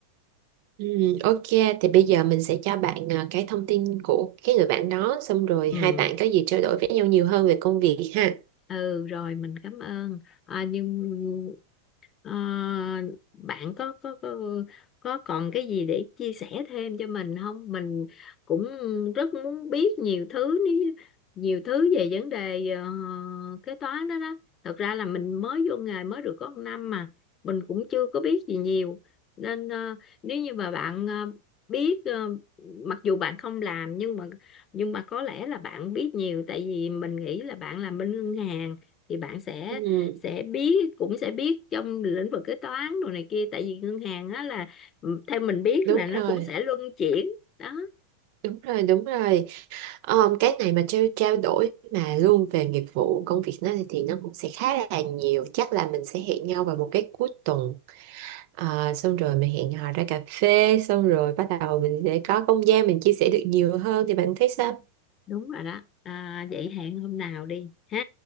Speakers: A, on the right; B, on the left.
A: Ừ, Ok, thì bây giờ mình sẽ cho bạn à, cái thông tin của cái người bạn đó xong rồi
B: ừ,
A: hai bạn có gì trao đổi với nhau nhiều hơn về công việc ha.
B: ừ rồi mình cảm ơn à, nhưng Ờ, bạn có, có có có còn cái gì để chia sẻ thêm cho mình không? Mình cũng rất muốn biết nhiều thứ ní- nhiều thứ về vấn đề ờ, kế toán đó đó. Thật ra là mình mới vô nghề mới được có một năm mà mình cũng chưa có biết gì nhiều. Nên ờ, nếu như mà bạn ờ, biết ờ, mặc dù bạn không làm nhưng mà nhưng mà có lẽ là bạn biết nhiều tại vì mình nghĩ là bạn làm bên ngân hàng thì bạn sẽ
A: Ừ,
B: sẽ biết cũng sẽ biết trong lĩnh vực kế toán đồ này kia tại vì ngân hàng á là ừ, theo mình biết
A: đúng
B: là nó
A: rồi,
B: cũng sẽ luân chuyển đó
A: đúng rồi, đúng rồi. Ờ, cái này mà trao trao đổi mà luôn về nghiệp vụ công việc nó thì nó cũng sẽ khá là nhiều. Chắc là mình sẽ hẹn nhau vào một cái cuối tuần. Ờ, xong rồi mình hẹn hò ra cà phê, xong rồi bắt đầu mình sẽ có không gian mình chia sẻ được nhiều hơn thì bạn thấy sao?
B: đúng rồi đó à, vậy hẹn hôm nào đi ha